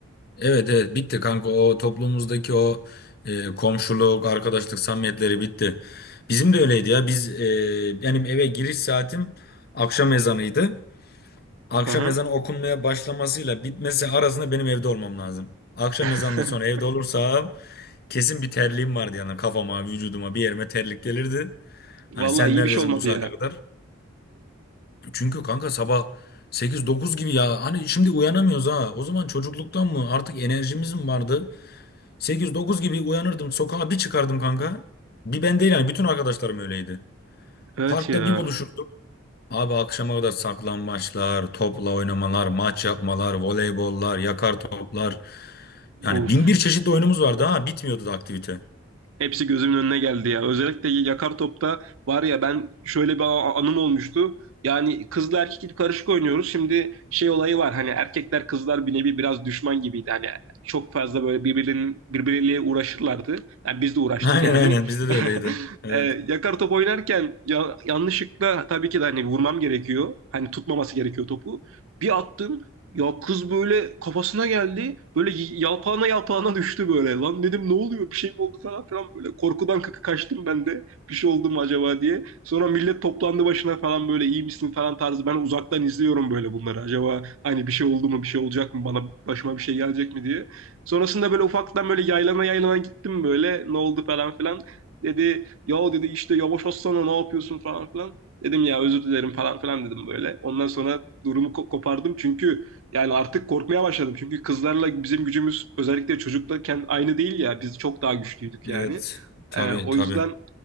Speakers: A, on the left; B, on the right.
A: Evet evet bitti kanka o toplumumuzdaki o e, komşuluk, arkadaşlık samimiyetleri bitti. Bizim de öyleydi ya. Biz e, benim eve giriş saatim akşam ezanıydı. Akşam
B: Hı hı.
A: ezanı okunmaya başlamasıyla bitmesi arasında benim evde olmam lazım. Akşam ezanından
B: <laughs>
A: sonra evde olursam kesin bir terliğim vardı yani kafama, vücuduma, bir yerime terlik gelirdi. Hani
B: Vallahi
A: sen
B: iyi
A: neredesin
B: bir şey olmadı
A: bu saate
B: ya.
A: kadar? Çünkü kanka sabah sekiz dokuz gibi ya. Hani şimdi uyanamıyoruz ha. O zaman çocukluktan mı artık enerjimiz mi vardı? Sekiz dokuz gibi uyanırdım. Sokağa bir çıkardım kanka. Bir ben değil yani bütün arkadaşlarım öyleydi.
B: Evet
A: Parkta
B: ya.
A: bir buluşurduk. Abi akşama kadar saklambaçlar, topla oynamalar, maç yapmalar, voleybollar, yakar toplar. Yani
B: Of.
A: bin bir çeşit oyunumuz vardı ha. Bitmiyordu da aktivite.
B: Hepsi gözümün önüne geldi ya. Özellikle yakar topta var ya ben şöyle bir a- anım olmuştu. Yani kızla erkek karışık oynuyoruz. Şimdi şey olayı var. Hani erkekler kızlar bir nevi biraz düşman gibiydi. Hani çok fazla böyle birbirinin birbirleriyle uğraşırlardı. Yani biz de uğraştık
A: <laughs> Aynen
B: yani.
A: aynen bizde
B: <laughs>
A: de öyleydi. Evet.
B: e, yakar top oynarken ya, yanlışlıkla tabii ki de hani vurmam gerekiyor. Hani tutmaması gerekiyor topu. Bir attım ya kız böyle kafasına geldi. Böyle y- yalpağına yalpağına düştü böyle. Lan dedim ne oluyor bir şey mi oldu falan filan böyle. Korkudan kaka kaçtım ben de. Bir şey oldu mu acaba diye. Sonra millet toplandı başına falan böyle iyi misin falan tarzı. Ben uzaktan izliyorum böyle bunları. Acaba hani bir şey oldu mu bir şey olacak mı bana başıma bir şey gelecek mi diye. Sonrasında böyle ufaktan böyle yaylana yaylana gittim böyle. Ne oldu falan filan. Dedi ya dedi işte yavaş atsana ne yapıyorsun falan filan. Dedim ya özür dilerim falan filan dedim böyle. Ondan sonra durumu ko- kopardım çünkü yani artık korkmaya başladım. Çünkü kızlarla bizim gücümüz özellikle çocuktayken aynı değil ya. Biz çok daha güçlüydük yani.
A: Evet. Tabii
B: Ee, o
A: tabii.
B: yüzden